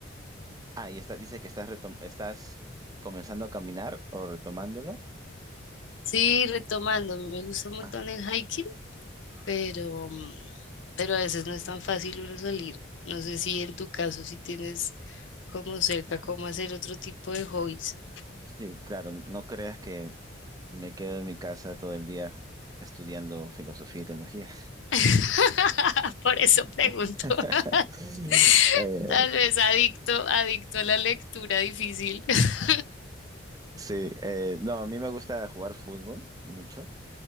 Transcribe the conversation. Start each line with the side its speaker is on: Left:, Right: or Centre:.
Right: ah, y está, dice que estás, retom- estás comenzando a caminar o retomándolo.
Left: Sí, retomando, a mí me gusta un montón
Right: Ah.
Left: el hiking, pero, mm, pero a veces no es tan fácil uno salir. No sé si en tu caso, si tienes como cerca
Right: Ajá.
Left: cómo hacer otro tipo de hobbies.
Right: Sí, claro, no creas que me quedo en mi casa todo el día estudiando filosofía y teología.
Left: <laughs> Por eso
Right: <laughs>
Left: pregunto. <laughs>
Right: Eh,
Left: Tal vez adicto, adicto a la lectura difícil. <laughs>
Right: sí, eh, no, a mí me gusta jugar fútbol mucho.